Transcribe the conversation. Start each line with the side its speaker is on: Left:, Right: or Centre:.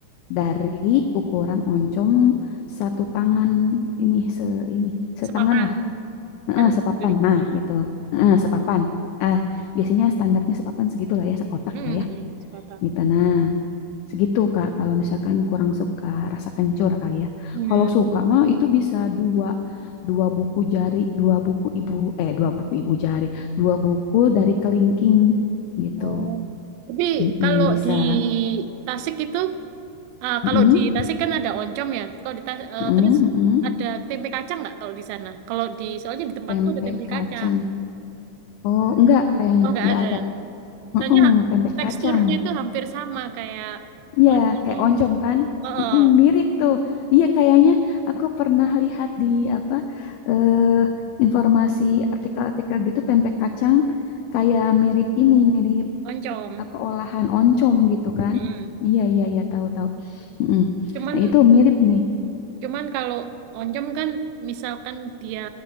Left: dari ukuran oncom satu tangan ini se ini setangan
Right: sepapan.
Left: Heeh,
Right: Kan
Left: sepapan.
Right: beli.
Left: Nah,
Right: Oh.
Left: gitu. Heeh, sepapan. Ah, biasanya standarnya sepapan segitu lah ya, sekotak
Right: Hmm.
Left: lah ya.
Right: Hmm. Sepapan.
Left: Gitu. Nah, segitu Kak. Kalau misalkan kurang suka rasa kencur kali ya.
Right: Hmm.
Left: Kalau suka mah itu bisa dua dua buku jari, dua buku ibu eh dua buku ibu jari, dua buku dari kelingking gitu.
Right: Oh. Tapi
Left: Mm-mm,
Right: kalau
Left: bisa.
Right: di Tasik itu, ah, kalau
Left: Mm-mm,
Right: di Tasik kan ada oncom ya. Kalau di Tas- eh,
Left: mm-mm,
Right: terus
Left: mm-mm.
Right: ada tempe kacang nggak kalau di sana? Kalau di, soalnya di tempatku
Left: Tempe
Right: ada tempe
Left: kacang.
Right: kacang.
Left: Oh, enggak kayaknya,
Right: Oh, nggak
Left: enggak
Right: ada.
Left: ada.
Right: Soalnya
Left: Mm-mm, tempe
Right: teksturnya
Left: kacang.
Right: itu hampir sama kayak
Left: Iya,
Right: oncom.
Left: kayak oncom kan?
Right: Heeh,
Left: Mm, mirip tuh. Iya, kayaknya aku pernah lihat di apa eh informasi artikel-artikel gitu tempe kacang kayak mirip ini, mirip
Right: oncom.
Left: apa olahan oncom gitu kan?
Right: Mm.
Left: Iya, iya, iya, tahu-tahu. mm
Right: Cuman
Left: Nah, itu mirip nih.
Right: cuman kalau oncom kan misalkan dia